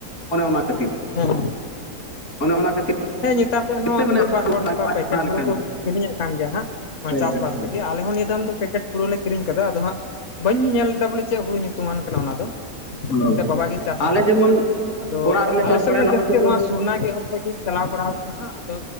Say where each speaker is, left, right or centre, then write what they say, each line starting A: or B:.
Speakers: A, on the left; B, on the left.
A: ᱚᱱᱮ ᱚᱱᱟ ᱠᱷᱟᱹᱛᱤᱨ᱾ ᱛᱮ
B: ᱦᱮᱸ
A: ᱚᱱᱮ ᱚᱱᱟ ᱠᱷᱟᱹᱛᱤᱨ
B: ᱦᱮᱸ᱾ ᱦᱮᱸ ᱱᱮᱛᱟᱨ ᱫᱚ ᱮᱱᱦᱚᱸ
A: ᱛᱮ ᱢᱟᱱᱮ
B: ᱢᱤᱫ ᱵᱟᱨ ᱦᱚᱲ ᱱᱚᱝᱠᱟ ᱯᱮᱠᱮᱴ
A: ᱚᱱᱟ
B: ᱦᱩᱲᱩ
A: ᱞᱮᱠᱟᱱ
B: ᱠᱚ ᱠᱤᱨᱤᱧᱮᱫ ᱠᱟᱱ ᱜᱮᱭᱟ ᱦᱟᱸᱜ᱾ ᱱᱚᱣᱟ
A: ᱦᱳᱭ
B: ᱪᱟᱥᱵᱟᱥ
A: ᱦᱳᱭ
B: ᱞᱟᱹᱜᱤᱫ ᱟᱞᱮ ᱦᱚᱸ ᱱᱤᱭᱟᱹ ᱫᱷᱟᱢ ᱫᱚ ᱯᱮᱠᱮᱴ ᱦᱩᱲᱩ ᱞᱮ ᱠᱤᱨᱤᱧ ᱠᱟᱫᱟ ᱟᱫᱚ ᱦᱟᱸᱜ ᱵᱟᱹᱧ ᱧᱮᱞ ᱞᱮᱫᱟ ᱵᱚᱞᱮ ᱪᱮᱫ ᱦᱩᱲᱩ ᱧᱩᱛᱩᱢᱟᱱ ᱠᱟᱱᱟ ᱚᱱᱟ ᱫᱚ᱾
A: ᱦᱳᱭ
B: ᱮᱱᱛᱮ ᱵᱟᱵᱟ ᱜᱮ ᱪᱟᱥ
A: ᱟᱞᱮ
B: ᱵᱟᱲᱟᱭᱟ
A: ᱡᱮᱢᱚᱱ
B: ᱟᱫᱚ
A: ᱚᱲᱟᱜ ᱨᱮᱞᱮ ᱪᱟᱥ
B: ᱟᱞᱮ ᱥᱮᱫ
A: ᱵᱟᱲᱟᱭᱟ
B: ᱢᱟ
A: ᱞᱟᱦᱟ
B: ᱡᱟᱹᱥᱛᱤ
A: ᱵᱚᱪᱷᱚᱨ ᱫᱚ
B: ᱱᱚᱣᱟ ᱥᱩᱨᱱᱟ ᱜᱮ ᱮᱦᱚᱵ ᱠᱷᱚᱡ ᱜᱮ ᱪᱟᱞᱟᱣ ᱵᱟᱲᱟ ᱟᱠᱟᱱᱟ ᱦᱟᱸᱜ᱾ ᱟᱫᱚ